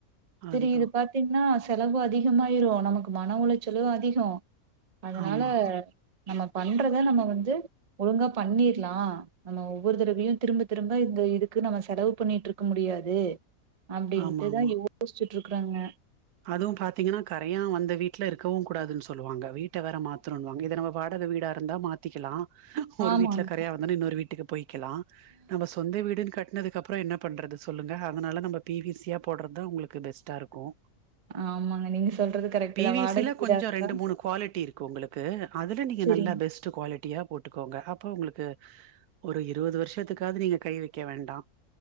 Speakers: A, on the right; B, on the right.
A: அதுதான்
B: செரி இத பாத் தீங்கன்னா செலவு அதிகமாயிரு நமக்கு மன உளைச்சலு அதிகோ அதனால
A: ஆமா
B: நம்ம பண்றத நம்ம வந்து ஒழுங்கா பண்ணிர்லா நம்ம ஒவ்வொரு தடவையு திரும்ப திரும்ப இந்த இதுக்கு நம்ம செலவு பண்ணிட்டி இருக்க முடியாது அப்டின்ட்டுதா
A: ஆமா ஆமா
B: யோசிச்சுட்டு இருக்கறங்க
A: அதுவு பாத்திங்கனா கரையா வந்த வீட்ல இருக்கவு கூடாதுன் சொல்லுவாங்க வீட்ட வேற மாத்தணுண்வாங்க இத நம்ம வாடக வீடா இருந்தா மாத்திக்கலா ஒரு
B: ஆமாங்க
A: வீட்ல கரையா வந்தொனே இன்னொரு வீட்டுக்கு பொய்க்கலா நம்ம சொந்த வீடுன் கட்டனதுக்கப்றோ என்னப் பண்றது சொல்லுங்க அதனால நம்ம பி வி சி யா போட்றதுதா உங்களுக்கு பெஸ்ட்டா இருக்கு
B: ஆமாங்க நீங்க சொல்றது கரெக்ட்
A: பி
B: தா
A: வி
B: வாடகை
A: சி ல
B: வீடா
A: கொஞ்சொ
B: இருந்தா
A: ரெண்டு மூணு குவாலிட்டி இருக்கு ஒங்களுக்கு அதுல நீங்க
B: செரிங்க
A: நல்லா பெஸ்ட் டு குவாலிட்டியா போட்டுக்கோங்க அப்ப உங்களுக்கு ஒரு இருவது வருஷத்துக்காது நீங்க கை வைக்க வேண்டா